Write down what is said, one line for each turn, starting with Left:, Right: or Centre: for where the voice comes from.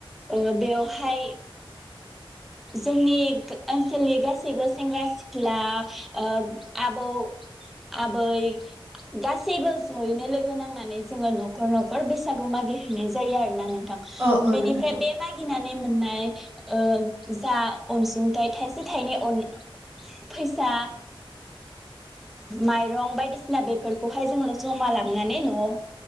Centre: ओ बेवहाय जोंनि ओनसोलनि गासैबो सेंग्रा सिख्ला ओ आबौ आबै गासैबो जयैनो लोगो नांनानै जोङो न' न'खर न'खर बैसागु मागि हैैनाय जायो आरो ना नों थां
Right: औ औ
Centre: बेनिफ्राय
Right: नोंथां औ
Centre: बे मागिना नानै मोननाय ओ जा अनसुंथाइ थाइसे थाइनै अन फैसा माइरं बायदिसिना बेफोरखौहाय जोंल' जमा लाबनानै न'आव